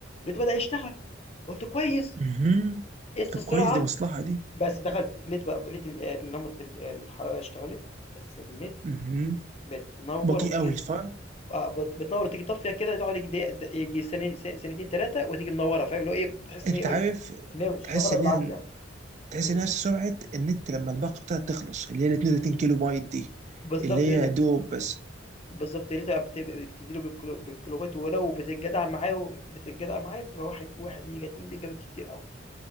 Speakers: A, on the left; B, on the right.
A: لقيته بدأ يشتغل، قُلت كويس،
B: مهم.
A: قِس
B: طب
A: السرعة،
B: كويس دي مصلحه دي
A: بس دخلت لقيت بقى لقيت ال آه، لمبة ال آه، الحرارة اشتغلت، بس النت
B: مهم.
A: بتنوّر
B: بطيء
A: وتيجي
B: قوي فاهم
A: آه، بت بتنوّر وتيجي طافية كده تقعد ييجي دقيقة د ييجي ثاني ث ثانيتين 3 وتيجي منوّرة فاهم، اللي هو إيه، بتحس
B: انت
A: إن هي
B: عارف
A: إن هي شغّالة
B: تحس ان
A: بالعافية،
B: هي تحس
A: إمم،
B: ان هي سرعه النت لما الباقه بتاعتها تخلص اللي هي ال 32 كيلو بايت دي
A: بالضبط
B: اللي
A: لقيت
B: هي دوب بس
A: بالضبط لقيتها بت بتدّي له بالكيلو بالكيلووات ولو بتتجدع معاه وبتتجدع معاه بتبقى 1 1 ميجا 2 ميجا بالكتير أوي.